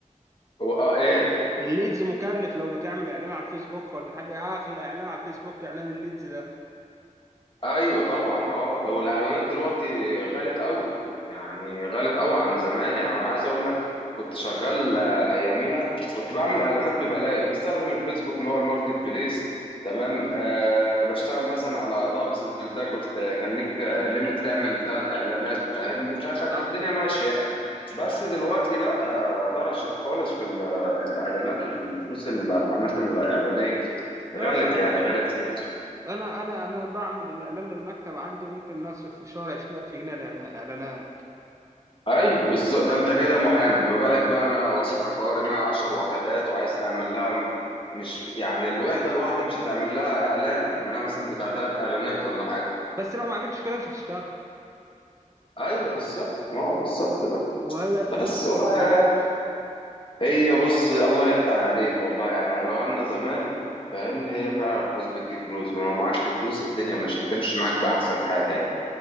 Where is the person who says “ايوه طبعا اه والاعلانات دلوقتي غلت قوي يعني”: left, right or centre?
Left